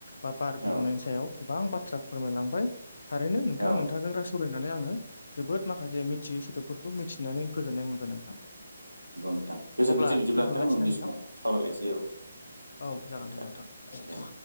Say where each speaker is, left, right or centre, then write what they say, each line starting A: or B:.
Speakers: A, on the left (about 55°); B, on the right (about 80°).
A: बा बार गुबुंनायनि
B: औ
A: सायाव गोबां बाथ्रा फोरमायलांबाय थारैनो नोंथां
B: औ
A: नोंथांजों रा सावरायनानै आङो जोबोद माखासे मि मिथियि सोदोबफोरखौ मिथिनानै गोजोननाय मोनबाय नोंथां
B: <unintelligible> गोजोननायसै
A: अब्ला
B: बिदिब्ला
A: दोनथ'लायसैना
B: नोंथां उननि समाव सावरायलायनोसै औ
A: औ जागोन दे
B: जा
A: नोंथां।
B: दे।